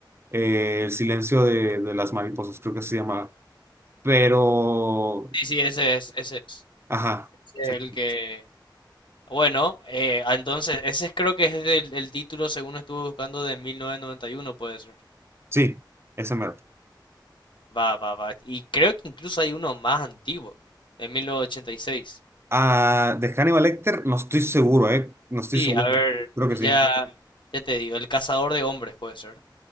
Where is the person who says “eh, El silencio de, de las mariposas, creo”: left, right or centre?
Right